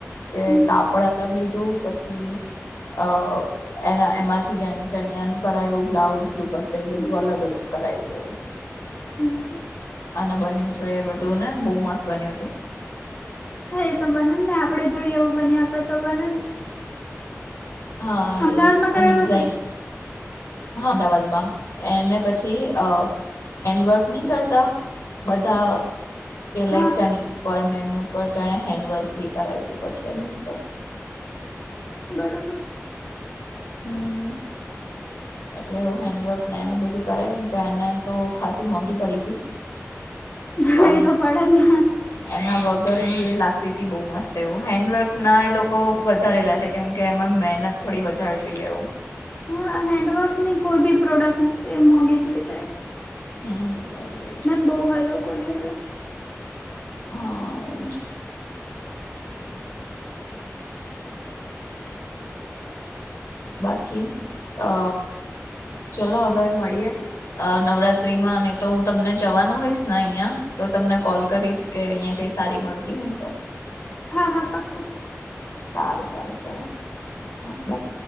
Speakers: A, on the left; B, on the left.
A: કે
B: હમ
A: કાપડ અલગ લીધું પછી. અ એના એમાંથી જેને તનિયા ન કરાય એવું બ્લાઉઝ વસ્તુપટ્ટ એ બધું
B: હમ
A: અલગ અલગ કરાય તોું એવુ
B: <inaudible>
A: અને બન્યું હતું એ બધું ને બહુ મસ્ત બન્યું હતુ.
B: હા, એ તો બને જ ને આપડે જોઈએ એવું બની આપે તો બને જ ને
A: હા એ
B: અમદાવાદમાં
A: છે.
B: કરાવ્યું
A: ડિઝન
B: હશે ને
A: હા, અમદાવાદમાં એને પછી અ હેન્ડવર્ક નહી. કરતા બધા કે લાઈક
B: હા
A: ચની પણ ને એની ઉપર, તો એને હેન્ડવર્ક બી કરાયું હતું પછી એની ઉપર
B: બરાબર
A: <inaudible> <unintelligible> એટલે હેન્ડવર્ક ને એનું બધું કરાયું ને તો એને તો ખાાસસી મોંઘી પડી હતી. <inaudible>
B: ના
A: પણ
B: એ તો પડને
A: એના બગ ગરદી એ લાગતી હતી બહુ મસ્ત એવું હેન્ડવર્કના એ લોકો વધારે લે છે, કેમ કે એમાં મહેનત થોડી વધારે જોઈએ આવુ
B: હા, હેન્ડવક ની કોઈ બી પ્રોડક્ટ એ મોઘેજ વચાય
A: હમ એ જ એ જ
B: બહુ હોય લોકો ની એટલે
A: હા એજ બાકી અ ચલો હવે મળીએે નવરાત્ર ત્રી માં ન તો હુ, તમને જવાનું હોઈશ ને અહિયાં તો તમને કોલ કરીશ કે અહિયાં કઈ સારી મળતી <inaudible>
B: હા-હા પાકું પાકું
A: સારું-સારું ચલો હા બાઈ